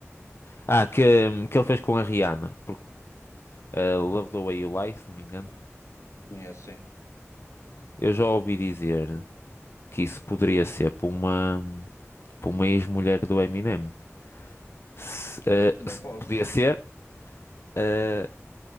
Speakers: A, on the left; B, on the left.
A: Ah, que, que ele fez com a Rihanna. a Love the Way You Lie, se não me engano.
B: Conheço, sim.
A: Eu já ouvi dizer que isso poderia ser para uma, para uma ex-mulher do Eminem. Se, eh,
B: Uma
A: se-
B: hipótese.
A: podia ser, eh,